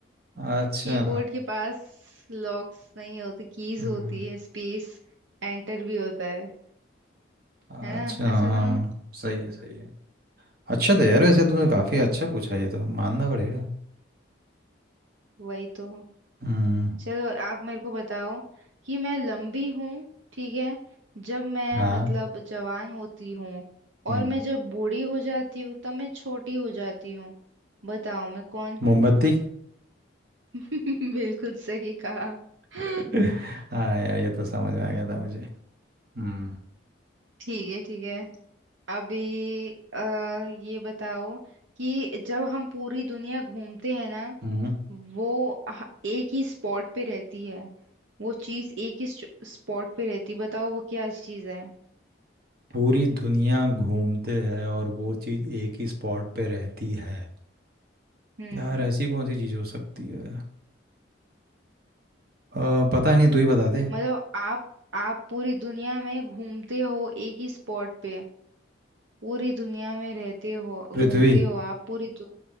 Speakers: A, on the right; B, on the right.
A: अच्छा
B: कीबोर्ड के पास लॉक्स नहीं होते कीज
A: हम्म
B: होती है स्पेस एंटर भी होता है
A: अच्छा
B: है ना अच्छा
A: हाँ,
B: था ना
A: सही है सही है अच्छा था यार वैसे तूने
B: अब
A: काफ़ी अच्छा पूछा ये तो मानना पड़ेगा
B: वही तो
A: हम्म
B: चलो आप मेरे को बताओ कि मैं लंबी हूँ ठीक है जब मैं
A: हाँ
B: मतलब जवान होती हूँ
A: हम्म
B: और मैं जब बूढ़ी हो जाती हूँ तब मैं छोटी हो जाती हूँ बताओ मैं कौन हूँ
A: मोमबत्ती
B: <laughs> बिल्कुल सही कहा
A: <laughs>
B: <laughs>
A: हाँ यार ये तो समझ में आ गया था मुझे हम्म
B: ठीक है ठीक है अभी अ, ये बताओ कि जब हम पूरी दुनिया घूमते हैं ना
A: हम्म
B: वो ह- एक ही स्पॉट पे रहती है वो चीज एक ही स्पॉट पे रहती है बताओ वो क्या चीज है
A: पूरी दुनिया घूमते हैं और वो चीज़ एक ही स्पॉट पे रहती है
B: हम्म
A: यार ऐसी कौन सी चीज़ हो सकती है अ, पता नहीं तू ही बता दे
B: मतलब आप आप पूरी दुनिया में घूमते हो एक ही स्पॉट पे पूरी दुनिया में रहते हो घूमते
A: पृथ्वी
B: हो आप पूरी दु...